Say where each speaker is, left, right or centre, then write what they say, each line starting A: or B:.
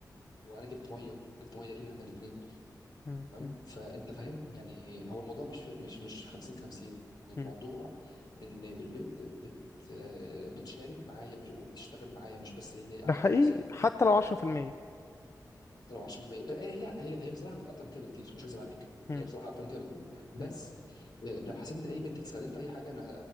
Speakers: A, on the left; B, on the left.
A: وانا جبت ميه جبت ميه لينا احنا الاثنين
B: مم.
A: تمام
B: مم.
A: فانت فاهم يعني هو الموضوع مش مش مش 50 50 الموضوع
B: مم.
A: ان البنت بت آه، بتشارك معايا مش وبتشتغل معايا مش بس هي اللي هي قاعده
B: ده حقيقي
A: خلاص يعني
B: حتى لو 10%
A: حتى لو 10% آه، هي هي هي بصراحه كانت اكتر من كده بكتير مش هكذب عليك
B: مم.
A: هي بصراحه اكتر من كده بكتير بس
B: مم.
A: آه، لو حسيت ان اي بنت بتستخدمني في اي حاجه انا